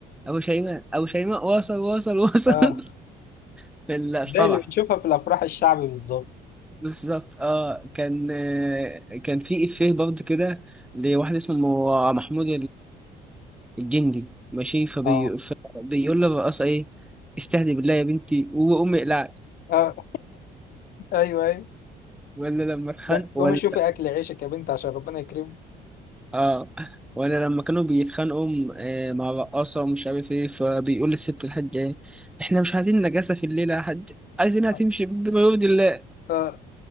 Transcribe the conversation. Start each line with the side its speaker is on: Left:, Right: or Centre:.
Centre: أبو شيماء أبو شيماء وصل وصل وصل
Left: اه
Centre: <laughs> في الفرح
Left: زي اللي بنشوفها في الافراح الشعبي بالظبط
Centre: بالظبط اه كان آه، كان في إفيه برضه كده لواحد اسمه محمود الجندي ماشي فبي...
Left: اه
Centre: فبيقول له رقاصة ايه استهدي بالله يا بنتي وأمي اقلعت
Left: اه ايوه ايوه
Centre: ولا لما اتخانق
Left: لا قومي
Centre: ولا
Left: شوفي اكل عيشك يا بنت عشان ربنا يكرمك
Centre: اه ولا لما كانوا بيتخانقوا م- آه، مع رقاصة ومش عارف ايه فبيقول للست الحاجة ايه احنا مش عايزين نجاسة في الليلة يا حاج عايزينها
Left: اه
Centre: تمشي بما يرضي الله
Left: اه